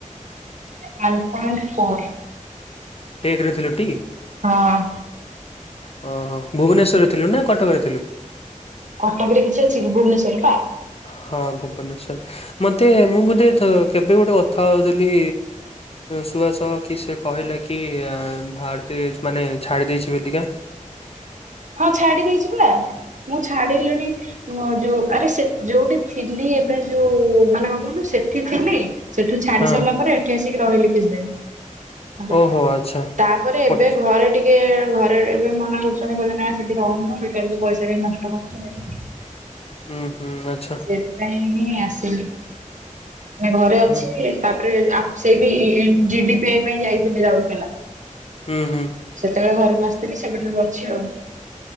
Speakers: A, on the right (about 65°); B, on the left (about 45°).
A: <unintelligible>
B: ଟେକ୍ ରେ ଥିଲୁ ଟି?
A: ହଁ।
B: ହଁ-ହଁ ଭୁବନେଶ୍ୱରରେ ଥିଲୁ ନା କଟକରେ? ଥିଲୁ?
A: କଟକ ରେ କିଛି ଅଛି କି ଭୁବନେଶ୍ଵରରେ ପା
B: ହଁ ଭୁବନେଶ୍ଵର ମତେ ମୁଁ ବୋଧେ ଥ କେବେ ଗୋଟେ କଥା ହୋଉଥିଲି। ସୁଆସ କି ସେ କହିଲା କି ଭାଳଦେ ମାନେ ଛାଡି଼ ଦେଇେଇଛି ବୋଲିକା।
A: ହଁ ଛାଡ଼ି ଦେଇଛି ପୁରା ମୁଁ ଛାଡ଼ିଲିଣି। ମୁ ଯୋଉ ଆରେ ସେ ଯୋଉଠି ଥିଲି ଏବେ ଯୋଉ ମାନେ କହନୁ ସେଠି ଥିଲି। ସେଠୁ ଛାଡ଼ି
B: ହଁ
A: ସାରିଲା ପରେ ଏଠି ଆସିକି ରହିଲେ କିଛି ଦିନ୍। ହେଲା
B: ଓହୋ ଆଚ୍ଛା
A: ତାପରେ
B: ପଟ୍
A: ଏବେ ଘରେ ଟିକେ ଘରେ ଏବେ ମନା କରୁଛନ୍ତି। କୁହନ୍ତି ନା ସେଠି ହୋଉନି ମ ବେକାରରେ ପଇସା କାହିଁକି ନଷ୍ଟ କରୁଛନ୍ତି।
B: ହୁଁ-ହୁଁ ଆଚ୍ଛା।
A: ସେଥିପାଇଁ ହିଁ ଆସିଲି ମାନେ ଘରେ ଅଛି।
B: ହୁଁ
A: ତାପରେ ଆକ୍ ସେ ବି ଜିଡିପିଏ ପାଇଁ ଯାଇଥିଲି ରାଉରକେଲା।
B: ହୁଁ-ହୁଁ।
A: ସେତେବେଳେ ଘରକୁ ଆସିଥିଲି ସେବେଠାରୁ ଅଛି ଆଉ।